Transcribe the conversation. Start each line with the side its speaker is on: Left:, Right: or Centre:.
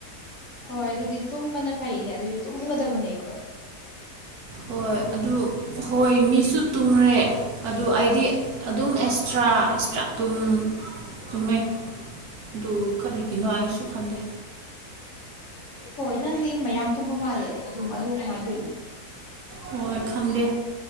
Left: ꯍꯣꯏ ꯑꯗꯨꯗꯤ ꯇꯨꯝꯕꯅ ꯐꯩꯅꯦ ꯑꯗꯨꯗꯤ ꯇꯨꯝꯒꯗꯕꯅꯦ ꯑꯩꯈꯣꯏ
Right: ꯍꯣꯏ ꯑꯗꯨ ꯍꯣꯏ ꯃꯤꯁꯨ ꯇꯨꯡꯔꯦ ꯑꯗꯨ ꯑꯩꯗꯤ ꯑꯗꯨꯝ ꯑꯦꯛꯁꯇ꯭ꯔꯥ ꯑꯦꯛꯁꯇ꯭ꯔꯥ ꯑꯗꯨꯝ ꯇꯨꯝꯃꯦ ꯑꯗꯨ ꯀꯔꯤꯒꯤꯅꯣ ꯑꯩꯁꯨ ꯈꯟꯗꯦ
Left: ꯍꯣꯏ ꯅꯪꯗꯤ ꯃꯌꯥꯝ ꯇꯨꯝꯕ ꯃꯥꯜꯂꯦ ꯑꯗꯨꯝ ꯑꯗꯨ ꯀꯃꯥꯏꯅ ꯇꯧꯔꯤꯅꯣ
Right: ꯍꯣꯏ ꯈꯟꯗꯦ